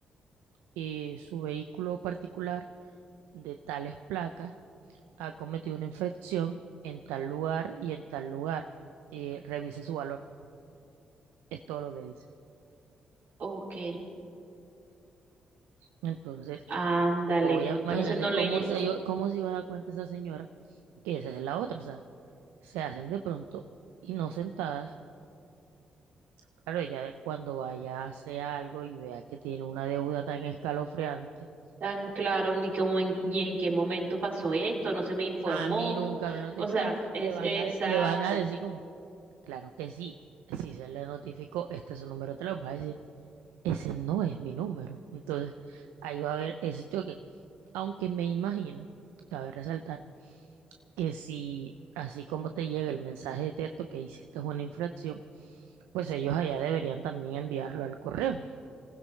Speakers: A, on the right (about 80°); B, on the right (about 60°).
A: eh, su vehículo particular de tales placas ha cometido una infracción en tal lugar y en tal lugar, eh, revise su valor, es todo lo que dice.
B: Ok,
A: Entonces,
B: ándale.
A: obvia- imagínate
B: Entonces no
A: cómo
B: le llegó
A: se iba, cómo se iba a dar cuenta esa señora que esa es la otra, o sea, se hacen de pronto y no sentadas. Claro, ella cuando vaya a hacer algo y vea que tiene una deuda tan escalofriante,
B: tan claro ni cómo en- y en qué momento pasó esto, no se me informó.
A: a mí nunca me notificaron.
B: O sea,
A: Te-
B: es
A: Le van
B: exacto.
A: a, de- le van a decir como, claro que sí, si se le notificó, este es su número, te lo va a decir, ese no es mi número. Entonces, ahí va a haber ese choque. Aunque me imagino, cabe resaltar, que si así como te llega el mensaje de texto que hiciste una infracción, pues ellos allá deberían también enviarlo al correo.